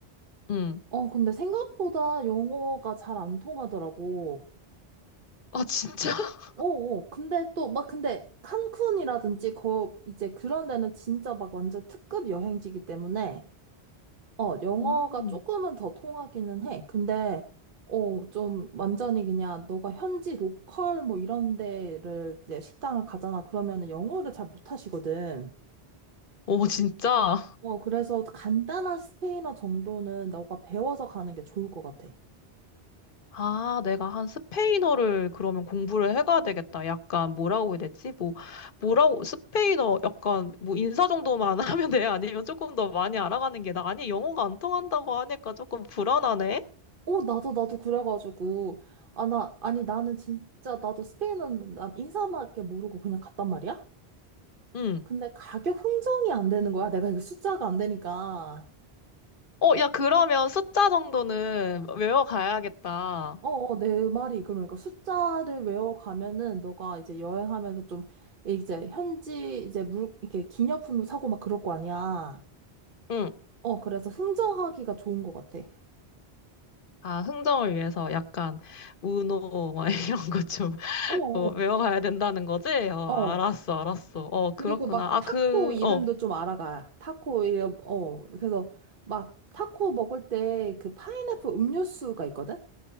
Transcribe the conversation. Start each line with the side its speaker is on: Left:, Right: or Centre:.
Left: 응.
Right: 어, 근데 생각보다 영어가 잘 안 통하더라고.
Left: 아, 진짜? <laughs>
Right: 어, 어. 근데 또, 막, 근데 칸쿤이라든지, 거, 이제 그런 데는 진짜 막 완전 특급 여행지기 때문에 어, 영어가
Left: 음.
Right: 조금은 더 통하기는 해. 근데, 어, 좀 완전히 그냥 너가 현지 로컬 뭐 이런 데를 이제 식당을 가잖아. 그러면은 영어를 잘 못하시거든.
Left: 오, 진짜?
Right: 어, 그래서 간단한 스페인어 정도는 너가 배워서 가는 게 좋을 것 같아.
Left: 아, 내가 한 스페인어를 그러면 공부를 해가야 되겠다. 약간 뭐라고 해야 되지? 뭐, 뭐라고, 스페인어 약간 뭐 인사 정도만 <laughs> 하면 돼? 아니면 조금 더 많이 알아가는 게 나? 아니, 영어가 안 통한다고 하니까 조금 불안하네?
Right: 어, 나도, 나도 그래가지고. 아, 나, 아니, 나는 진짜, 나도 스페인어는 난 인사밖에 모르고 그냥 갔단 말이야?
Left: 응.
Right: 근데 가격 흥정이 안 되는 거야. 내가 이거 숫자가 안 되니까.
Left: 어, 야, 그러면 숫자 정도는 외워가야겠다.
Right: 어, 어, 내 말이 그러니까 숫자를 외워가면은 너가 이제 여행하면서 좀 이제 현지 이제 물 이렇게 기념품도 사고 막 그럴 거 아니야.
Left: 응.
Right: 어, 그래서 흥정하기가 좋은 것 같아.
Left: 아, 흥정을 위해서 약간 우노 막 <laughs> 이런 거 좀,
Right: 어, 어.
Left: 뭐, 외워가야 된다는 거지? 어,
Right: 어.
Left: 알았어, 알았어. 어,
Right: 그리고
Left: 그렇구나.
Right: 막
Left: 아,
Right: 타코
Left: 그,
Right: 이름도
Left: 어,
Right: 좀 알아가. 타코 이름, 어. 그래서 막 타코 먹을 때 그 파인애플 음료수가 있거든?